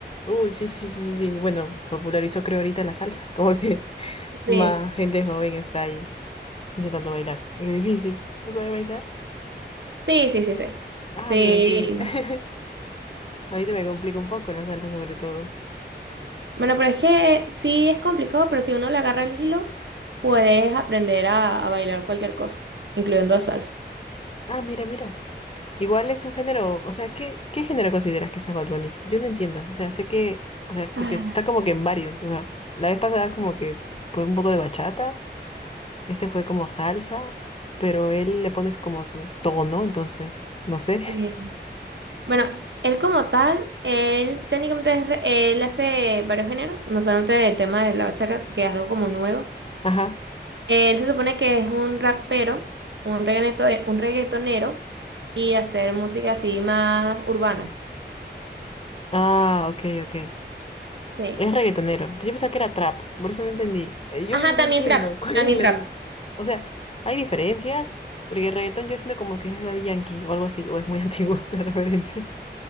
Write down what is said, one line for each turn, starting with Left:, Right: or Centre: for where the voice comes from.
Left: Uy, sí, sí, sí, sí, sí. sí. Bueno, popularizó creo ahorita la salsa. Como que <laughs>
Right: Sí,
Left: más gente joven está ahí intentando bailar. Es difícil. ¿No sabe bailar?
Right: sí, sí, sí, sí.
Left: Ah,
Right: Sí.
Left: mira, increíble. <laughs> A mí se me complica un poco la salsa sobre todo.
Right: Bueno, pero es que sí es complicado, pero si uno le agarra el hilo, puedes aprender a, a bailar cualquier cosa, incluyendo salsa.
Left: Ah, mira, mira. Igual es un género, o sea, ¿qué, qué género consideras que sea Bad Bunny? Yo no entiendo. O sea, sé que, o sea, porque
Right: Ah,
Left: está como que en varios. O sea, la vez pasada como que fue un poco de bachata. Este fue como salsa, pero él le pones como su tono, entonces, no sé.
Right: sí. Bueno, él como tal, él técnicamente es re- él hace varios géneros, no solamente el tema de la bachaca que es algo como nuevo.
Left: <laughs> Ajá.
Right: Él se supone que es un rapero, un reggaeto, un reggaetonero y hacer música así más urbana.
Left: Ah, ok, ok.
Right: Sí.
Left: Es reggaetonero. Entonces yo pensaba que era trap, por eso no entendí. Eh, Yo
Right: Ajá,
Left: a veces no
Right: también
Left: entiendo
Right: trap,
Left: <laughs> cuál
Right: también
Left: es la
Right: trap.
Left: diferencia. O sea, hay diferencias, porque el reggaetón yo siento como que es de Daddy Yankee o algo así, o es muy <laughs> antiguo la referencia.